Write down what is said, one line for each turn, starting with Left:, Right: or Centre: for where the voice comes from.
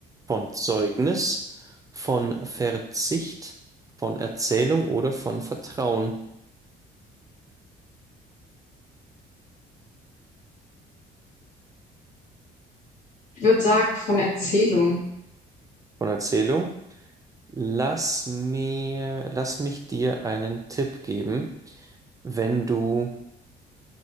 Right: von Zeugnis, von Verzicht, von Erzählung oder von Vertrauen?
Left: Ich würde sagen, von Erzählung.
Right: Von Erzählung. Lass mir, lass mich dir einen Tipp geben. Wenn du,